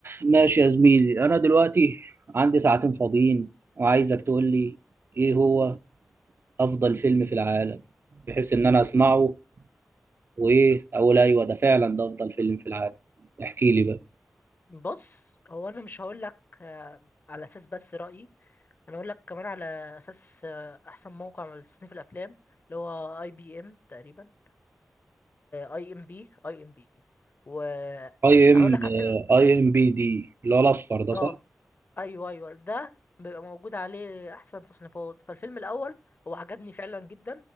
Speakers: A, on the right (about 55°); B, on the left (about 45°).
A: ماشي يا زميلي انا دلوقتي عندي ساعتين فاضيين وعايزك تقول لي ايه هو افضل فيلم في العالم بحيث ان انا اسمعه وايه اقول ايوه ده فعلا ده افضل فيلم في العالم احكي لي بقى
B: بص هو انا مش هقول لك آه، على اساس بس رايي انا هقول لك كمان على اساس آه، احسن موقع لتصنيف الافلام اللي هو اي بي ام تقريبا اي ام بي اي ام بي وهقول
A: اي ام
B: لك على الفيلم
A: اي ام بي دي اللي هو الاصفر ده
B: اه
A: صح
B: ايوه ايوه ده بيبقى موجود عليه احسن تصنيفات فالفيلم الاول هو عجبني فعلا جدا